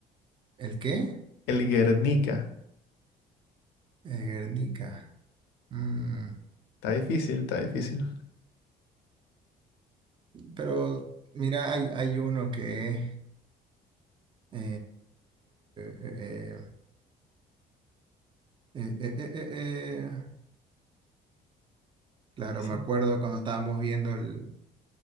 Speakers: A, on the right; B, on the left.
A: ¿El qué?
B: El Guernica.
A: El Guernica. Mm,
B: Está difícil, está difícil.
A: Pero, mira, hay, hay uno que... eh, eh, eh, Eh, eh, eh, eh, eh. Claro,
B: Sí.
A: me acuerdo cuando estábamos viendo el...